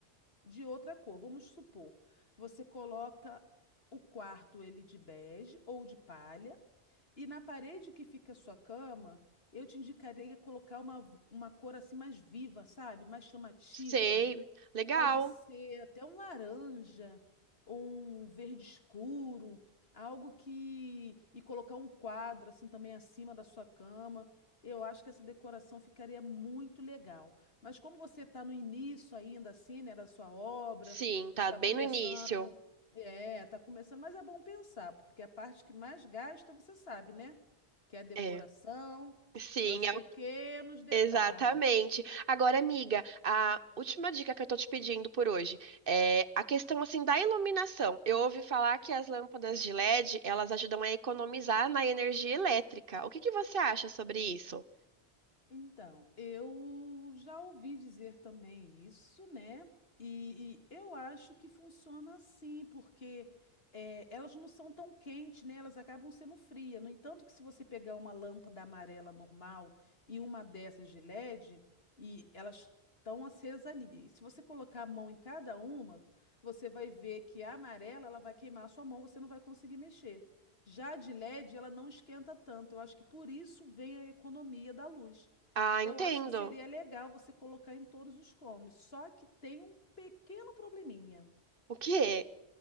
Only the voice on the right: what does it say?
Sei. Legal.
Sim,
tá
bem
no início.
É. Sim,
é o-
exatamente. Agora, amiga, a última dica que eu tô te pedindo por hoje é a questão assim da iluminação. Eu ouvi falar que as lâmpadas de LED, elas ajudam a economizar na energia elétrica. O que que você acha sobre isso?
Ah,
entendo.
O quê?